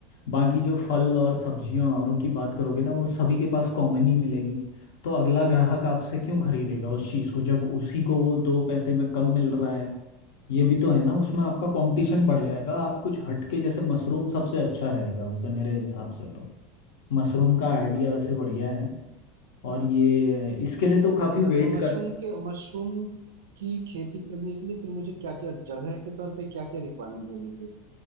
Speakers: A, on the left; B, on the right.
A: बाकी जो फल और सब्जियाँ औरों की बात करोगे ना वो सभी के पास कॉमन ही मिलेगी तो अगला ग्राहक आपसे क्यों खरीदेगा उस चीज़ को जब उसी को वो दो पैसे में कम मिल रहा है ये भी तो है ना उसमें आपका कंपटीशन बढ़ जाएगा आप कुछ हटके जैसे मशरूम सबसे अच्छा रहेगा वैसे मेरे हिसाब से तो मशरूम का आइडिया वैसे बढ़िया है और ये इसके लिए तो काफ़ी वेट
B: तो मशरूम
A: कर
B: के मशरूम की खेती करने के लिए फिर मुझे क्या क्या जगह के तौर पे क्या क्या रिक्वायरमेंट होगी फिर